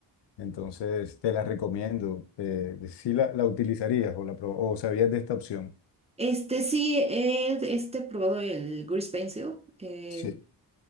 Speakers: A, on the left; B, on the right.
A: entonces te la recomiendo. Eh, si la, la utilizarías o, la, pro- o sabías de esta opción.
B: Este sí, he este, probado el Grease Pencil. Eh,
A: Sí.